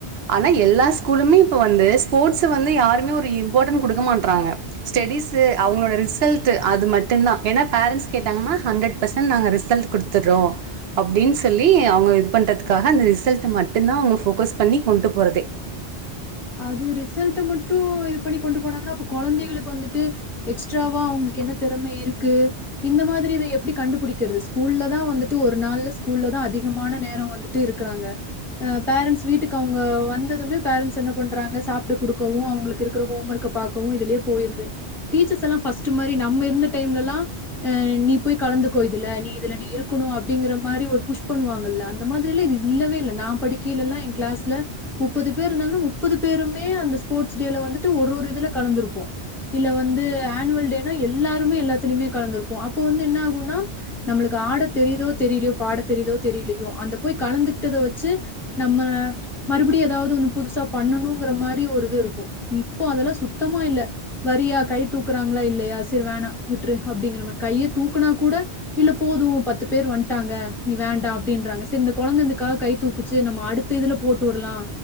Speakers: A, on the right (about 70°); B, in the centre.
A: ஆனா எல்லா ஸ்கூலுமே இப்பொ வந்து ஸ்போர்ட்ஸ்ஸ வந்து யாருமே ஒரு இம்போடன் குடுக்க மாட்றாங்க ஸ்டெஸீஸு அவங்களோட ரிசல்டு அது மட்டுதானா என்ன பேரன்ஸ் கேட்டாங்கன்னா ஹன்றட் பர்சென்ட் நாங்க ரிசல்ட் குடுத்துட்றோ அப்டின்னு சொல்லி அவங்க இது பண்றதுக்காக அந்த ரிசல்ட் மட்டுதா அவங்க ஃபோக்கஸ் பண்ணி கொண்டு போறதே
B: அது ரிசல்ட் மட்டு இதுப் பண்ணி கொண்டு போனாங்கனா அப்போ கொழந்தைகளுக்கு வந்துட்டு எக்ஸ் ட்ராவா அவங்களுக்கு என்ன தெறம இருக் க்கு இந்த மாதிரி இத எப்டி கண்டுபுடிக்கிறது ஸ்கூல்ல தா வந்துட்டு ஒரு நாள்ல ஸ்கூல்லதா அதிகமான நேரோ வந்துட்டு இருக்குறாங்க அ பேரன்ஸ்ட் வீட்டுக்கு அவங்க வந்ததுமே பேரன்ஸ் என்ன பண்றாங்க சாப்ட குடுக்கவு அவங்களுக்கு இருக்குற ஹோம் ஒர்க்க பாக்கவு இதுலே போயிற்து டீச்சர்ஸ் எல்லா ஃபர்ஸ்ட் மாறி நம்ம இருந்த டைம்லலா ஆ நீ போய் கலந்துக்கோ இதுல நீ இதுல இப்டி இருக்குனு அப்டிங்கற மாறி ஒரு புஷ் பண்ணுவாங்கல்ல அந்த மாதிரிலா இதுல்ல இல்லவே இல்ல நா படிக்கிலல்லா எ கிளாஸ்ல முப்பது பேர் இருந்தாங்கன்னா முப் பது பேருமே அந்த ஸ்போர்ட்ஸ் டேல வந்துட்டு ஒரு ஒரு இதுல கலந்திருப்போ இல்ல வந்து ஆனுவல் டேனா எல்லாருமே எல்லாத்துலயுமே கலந்திருப்போ அப்போ வந்து என்ன ஆகுனா நம்மளுக்கு ஆட தெரியுதோ தெரியிலயோ பாட தெரியுதோ தெரில்லயோ அந்த போய் கலந்துகிட்டத வச்சு நம்ம மறுபுடியு எதாவது ஒன்னு புதுசாப் பண்ணனுங்குற மாரி ஒரு இது இருக்கு இப்போ அதெல்லா சுத்தமா இல்ல வரியா கை தூக்குறாங்களா இல்லையா சேரி வேணா விட்ரு அப்டிங்குற மாரி கையே தூக்குனா கூட இல்ல போதும் பத்து பேர் வந்டாங்க நீ வேண்டா அப்டின்றாங்க சேர் இந்த கொழந்த இந்தக்காக கை தூக்குச்சே நம்ம அடுத்த இதுல போட்டு உடலா